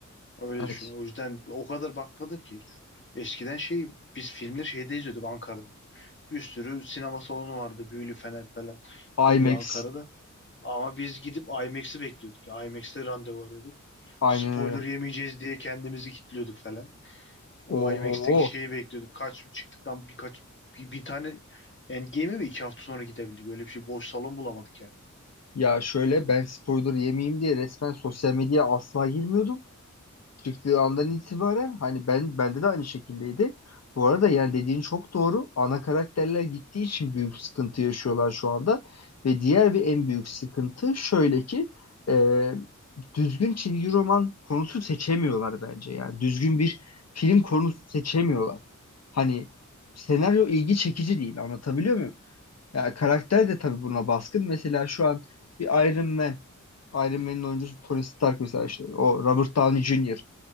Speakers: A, on the left; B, on the left.
A: Öyle
B: Evet.
A: düşün. O yüzden o kadar bakmadım ki hiç. Eskiden şey biz filmleri şeyde izliyorduk Ankara'da. Bir sürü sinema salonu vardı. Büyülü Fener falan.
B: IMAX
A: Böyle Ankara'da. Ama biz gidip IMAX'i bekliyorduk. IMAX'te randevu arıyorduk.
B: aynen
A: Spoiler
B: öyle.
A: yemeyeceğiz diye kendimizi kilitliyorduk falan. O
B: Oo.
A: IMAX'teki şeyi bekliyorduk. Kaç çıktıktan birkaç bir, bir tane Endgame'e mi iki hafta sonra gidebildik? Öyle bir şey boş salon bulamadık yani.
B: Ya şöyle ben spoiler yemeyeyim diye resmen sosyal medyaya asla girmiyordum. çıktığı andan itibaren hani ben bende de aynı şekildeydi. Bu arada yani dediğin çok doğru. Ana karakterler gittiği için büyük sıkıntı yaşıyorlar şu anda. Ve diğer bir en büyük sıkıntı şöyle ki e, düzgün çizgi roman konusu seçemiyorlar bence. Yani düzgün bir film konusu seçemiyorlar. Hani senaryo ilgi çekici değil anlatabiliyor muyum? Yani karakter de tabii buna baskın. Mesela şu an bir Iron Man, Iron Man'in oyuncusu Tony Stark mesela işte o Robert Downey Jr.